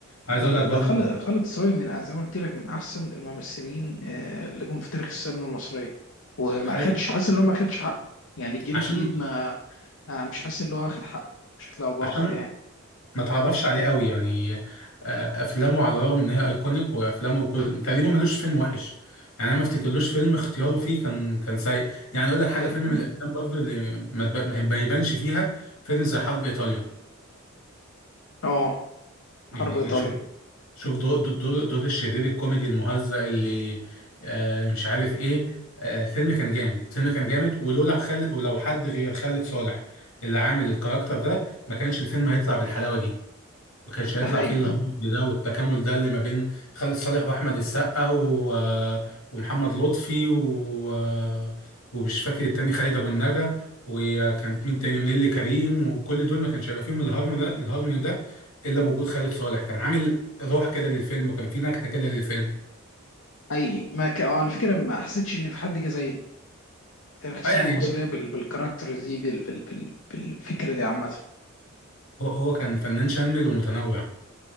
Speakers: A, on the left; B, on the left.
A: عايز
B: لا
A: اقول
B: لا
A: لك
B: ده
A: برضه
B: خالد خالد الصاوي من زي ما قلت لك من أحسن الممثلين آه، اللي جم في تاريخ السينما المصرية وما
A: خالد
B: أخدش حاسس إن هو ما أخدش حقه يعني الجيل
A: عشان
B: الجديد ما ما- مش حاسس إن هو واخد حقه بشكل أو بآخر
A: عشان
B: يعني
A: ما تعرفش عليه قوي يعني آه، افلامه على الرغم ان هي ايكونيك وافلامه كل... تقريبا ملوش فيلم وحش يعني انا ما افتكرلوش فيلم اختياره فيه كان كان سيء يعني اقول لك حاجه
B: أي
A: فيلم من الافلام برضو اللي ما, تب... ما ما يبانش فيها فيلم زي حرب ايطاليا
B: أه
A: يعني
B: حرب إيطاليا
A: شوف شوف دور دور دور الشرير الكوميدي المهزأ اللي آه مش عارف ايه آه الفيلم كان جامد الفيلم كان جامد ولولا خالد ولو حد غير خالد صالح اللي عامل الكاركتر ده ما كانش الفيلم هيطلع بالحلاوه دي ما كانش هيطلع
B: ده حقيقي
A: فيه الهبل ده والتكامل ده اللي ما بين خالد صالح واحمد السقا و... ومحمد لطفي و... ومش فاكر التاني خالد ابو النجا وكانت مين تاني ونيلي كريم وكل دول ما كانش هيبقى فيهم الهارمون ده الهارمون ده الا بوجود خالد صالح كان عامل روح كده للفيلم وكان في نكهه كده للفيلم
B: اي ما ك... على فكره ما حسيتش ان في حد جه زيه في تاريخ السينما
A: اه يعني
B: المصريه
A: هو
B: بال... بالكاركتر دي بال... بال... بال... بالفكره دي عامه
A: هو هو كان فنان شامل ومتنوع